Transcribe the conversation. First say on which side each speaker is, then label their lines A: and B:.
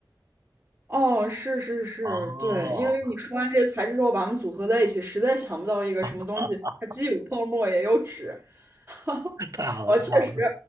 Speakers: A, on the right; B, on the right.
A: 哦，是是是，
B: 哦，
A: 对，因为你说完这些材质之后，
B: <laughs>
A: 把它们组合在一起，实在想不到一个什么东西，
B: 啊啊
A: 它既有泡沫也有纸。<laughs>
B: 太好了，
A: 我确实，
B: 太好了，